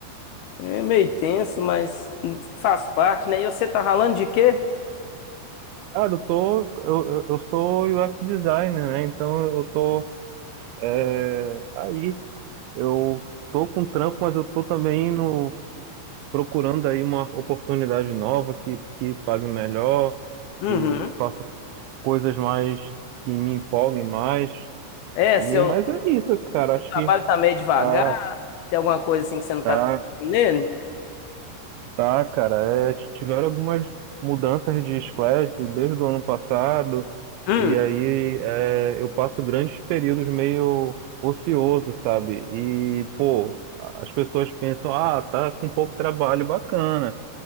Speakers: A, on the left (about 75°); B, on the right (about 85°).
A: É meio tenso, mas faz parte, né? E você tá ralando de quê?
B: Cara, eu tô. Eu, eu eu sou UX designer, né? Então eu tô. é, aí. Eu tô com trampo, mas eu tô também no, procurando aí uma oportunidade nova que, que pague melhor,
A: Uhum.
B: que faça coisas mais. que me empolguem mais.
A: É,
B: E,
A: seu
B: mas é isso, cara. Acho
A: trabalho
B: que.
A: tá meio devagar,
B: Ah,
A: tem alguma coisa assim que você não
B: tá.
A: tá conseguindo nele?
B: Tá, cara, é, t- tiveram algumas mudanças de squad desde o ano passado,
A: Hum,
B: e aí é, eu passo grandes períodos meio ocioso, sabe? E, pô, as pessoas pensam, ah, tá com pouco trabalho, bacana.